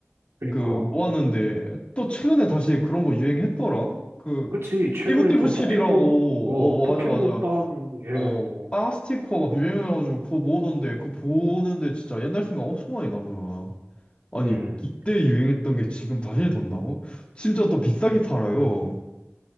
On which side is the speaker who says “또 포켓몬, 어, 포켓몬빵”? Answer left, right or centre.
Right